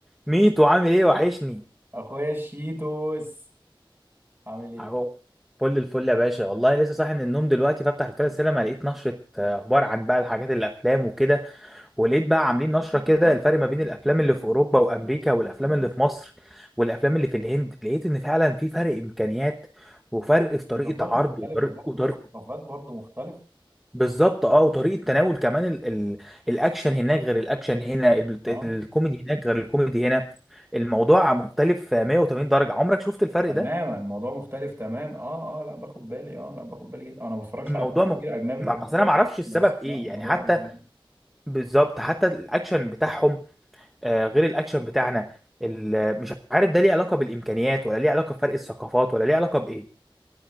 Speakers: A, in the centre; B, on the right.
A: ميتو عامل ايه وحشني
B: اخويا الشيتوس عامل ايه
A: أهو. فل الفل يا باشا والله لسه صاحي من النوم دلوقتي بفتح رسالة السينما لقيت نشرة آه، اخبار عن بقى الحاجات الافلام وكده ولقيت بقى عاملين نشرة كده الفرق ما بين الافلام اللي في اوروبا وامريكا والافلام اللي في مصر والافلام اللي في الهند لقيت ان فعلا في فرق امكانيات وفرق في طريقة
B: ثقافات
A: عرض
B: مختلفة
A: وطريقة
B: برضه
A: وطريقة
B: ثقافات برضه مختلفة
A: بالظبط اه وطريقة تناول كمان ال... ال... الاكشن هناك غير الاكشن هنا ال...
B: اه
A: الكوميدي هناك غير الكوميدي هنا الموضوع مختلف آه، 180 درجة عمرك شفت الفرق
B: تماما
A: ده
B: الموضوع مختلف تمام اه اه لا باخد بالي اه لا باخد بالي جدا انا ما بتفرجش
A: الموضوع
B: على افلام كتير
A: مغ...
B: اجنبي
A: ما- بس انا ما اعرفش السبب
B: بس
A: ايه
B: لا الموضوع
A: يعني حتى
B: بيبان
A: بالظبط حتى الاكشن بتاعهم آه، غير الاكشن بتاعنا ال- مش عارف ده ليه علاقه بالامكانيات ولا ليه علاقه بفرق الثقافات ولا ليه علاقه بايه